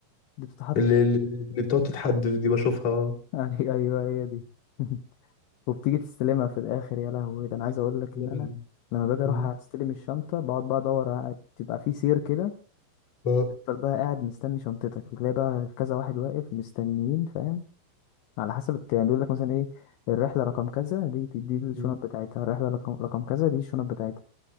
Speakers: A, on the left; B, on the left.
A: دي بتتحط
B: اللي,
A: تحت
B: اللي اللي بتقعد تتحدف دي بشوفها
A: <laughs> أي- ايوه هي دي <laughs> وبتيجي تستلمها في الاخر يا لهوي ده انا عايز اقول لك
B: لبن
A: ان انا لما باجي اروح
B: مم.
A: استلم الشنطه بقعد بقى ادور ع- تبقى في سير كده
B: اه
A: تفضل بقى قاعد مستني شنطتك بتلاقي بقى كذا واحد واقف مستنيين فاهم على حسب الت- يعني بيقول لك مثلا ايه الرحله رقم كذا دي دي, دي الشنط
B: مم.
A: بتاعتها الرحله رقم رقم كذا دي الشنط بتاعتها